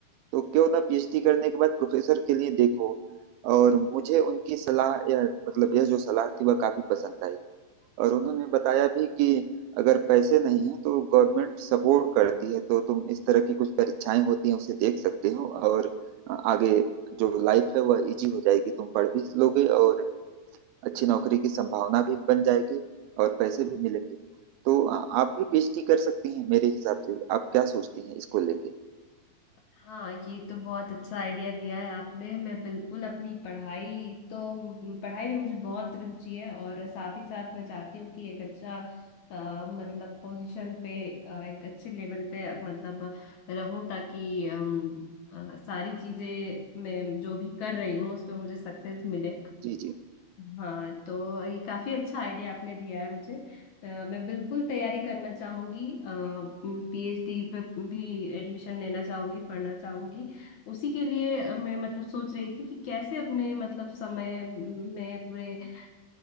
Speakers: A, on the right; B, on the left.
A: तो क्यों ना पीएचडी करने के बाद प्रोफेसर के लिए देखो और मुझे उनकी सलाह यह मतलब यह जो सलाह थी वह काफी पसंद आई और उन्होंने बताया भी कि अगर पैसे नहीं है तो गवर्नमेंट सपोर्ट करती है तो तुम इस तरह की कुछ परीक्षाएं होती हैं उसे देख सकते हो और आगे जो लाइफ है वह इजी हो जाएगी तुम पढ़ भी लोगे और अच्छी नौकरी की संभावना भी बन जाएगी और पैसे भी मिलेंगे तो आ- आप भी पीएचडी कर सकती हैं मेरे हिसाब से आप क्या सोचती हैं इसको लेके
B: हाँ ये तो बहुत अच्छा आइडिया दिया है आपने मैं बिल्कुल अपनी पढ़ाई तो पढ़ाई में मुझे बहुत रुचि है और साथ ही साथ मैं चाहती हूँ कि एक अच्छा अ, मतलब पोजीशन पे अ, एक अच्छे लेवल पे अ, मतलब रहूं ताकि अम, अ, सारी चीजें मैं जो भी कर रही हूँ उसमें मुझे सक्सेस मिले
A: जी जी
B: हाँ तो ये काफी अच्छा आइडिया आपने दिया है मुझे अ, मैं बिल्कुल तैयारी करना चाहूंगी पीएचडी पे भी एडमिशन लेना चाहूंगी पढ़ना चाहूंगी उसी के लिए अ, मैं मतलब सोच रही थी कि कैसे अपने मतलब समय में पूरे अ,